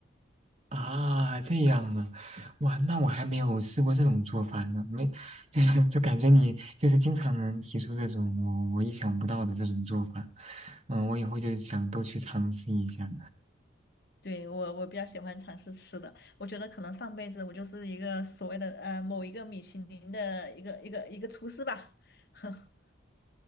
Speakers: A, on the right; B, on the left.
A: 啊，这样啊，哇，那我还没有试过这种做法呢，没，<laughs> 就就感觉你就是经常能提出这种我我意想不到的这种做法，嗯，我以后就想都去尝试一下。
B: 对，我我比较喜欢尝试吃的，我觉得可能上辈子我就是一个所谓的呃某一个米其林的一个一个一个厨师吧，<laughs>